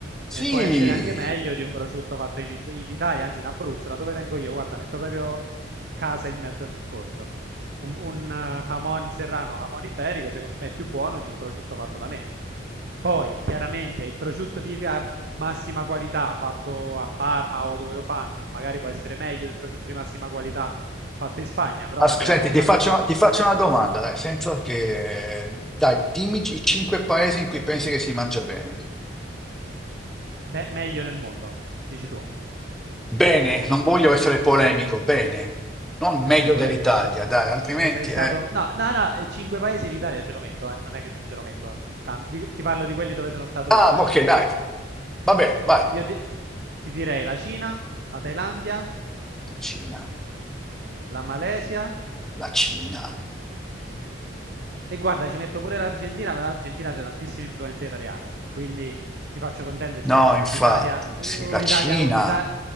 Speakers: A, in the centre; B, on the right.
A: Sì.
B: e può essere anche meglio di un prosciutto fatto in, in Italia, anzi in Abruzzo, da dove vengo io. Guarda, metto proprio casa in mezzo al discorso. Un, un eh, jamon serrano, jamon iberico, secondo me è più buono di un prosciutto fatto da me. Poi, chiaramente, il prosciutto di a massima qualità fatto a Parma o dove lo fanno, magari può essere meglio del prosciutto di massima qualità fatto in Spagna, però
A: As-
B: parliamo
A: Senti,
B: di
A: ti
B: una
A: faccio,
B: cosa
A: una- ti faccio una domanda, dai, senza che... Dai, dimmi i cinque paesi in cui pensi che si mangia bene.
B: be- meglio nel mondo, dici tu.
A: Bene, non voglio essere polemico, bene. Non meglio
B: E vabbè, polemico,
A: dell'Italia,
B: lo sei,
A: dai, altrimenti
B: lo sei stato...
A: è...
B: No, no, no, eh, cinque paesi l'Italia ce lo metto, eh, Non è che non ce lo metto. Tan- di- ti parlo di quelli dove sono stato
A: Ah,
B: io, eh.
A: ok, dai. Va bene, vai. La
B: Io ti, ti direi la Cina, la Thailandia,
A: Cina,
B: la Malesia
A: la Cina.
B: e guarda, ci metto pure l'Argentina, ma l'Argentina c'è tantissime influenze italiane. Quindi ti faccio contento e
A: No,
B: ci metto
A: infatti,
B: l'Italia,
A: sì,
B: un'Italia,
A: la Cina,
B: un'Italia...